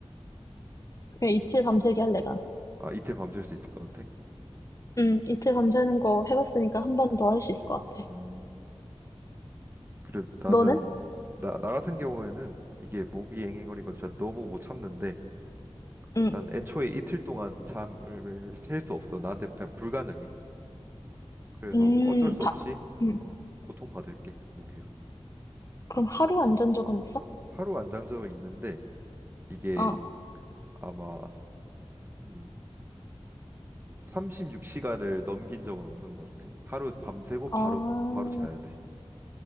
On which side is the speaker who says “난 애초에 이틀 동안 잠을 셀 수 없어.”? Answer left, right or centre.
Right